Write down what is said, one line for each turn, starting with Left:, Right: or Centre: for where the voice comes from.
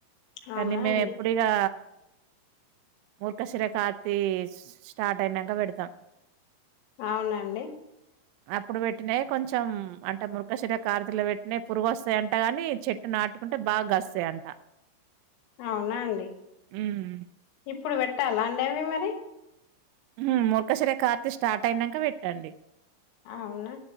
Right: కానీ
Left: అవునా
Right: మేము
Left: అండి
Right: ఎప్పుడిగా మూర్ఖ శిరకార్తి స్టార్ట్ అయినాక పెడతాం
Left: అవునాండి
Right: అప్పుడు పెట్టినయే కొంచెం అంటే మృఖశిర కార్తెలో పెట్టినయ్ పురుగు వస్తాయి అంట గాని చెట్టున నాటుకుంటే బాగా కాస్తాయంట
Left: అవునా అండి
Right: ఉమ్
Left: ఇప్పుడు పెట్టాలా అండి అవి మరి
Right: హుమ్ మొఖసర కార్తి స్టార్ట్ అయినాంక పెట్టండి
Left: ఆవునా